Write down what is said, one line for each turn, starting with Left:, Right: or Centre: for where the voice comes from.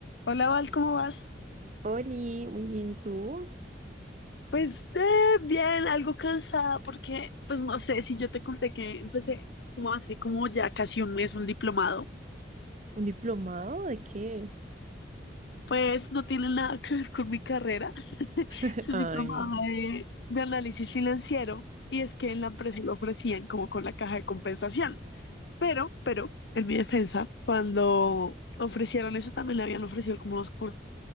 Left: Hola Val, ¿cómo vas?
Right: Oli, muy bien, ¿y tú?
Left: Pues eh, bien, algo cansada porque, pues no sé si yo te conté que empecé como hace como ya casi un mes un diplomado,
Right: ¿Un diplomado de qué?
Left: pues no tiene nada que ver con mi carrera,
Right: <laughs>
Left: es un
Right: Ay,
Left: diplomado
Right: no.
Left: de, de análisis financiero y es que en la empresa lo ofrecían como con la caja de compensación, pero, pero, en mi defensa, cuando ofrecieron eso también le habían ofrecido como los cursos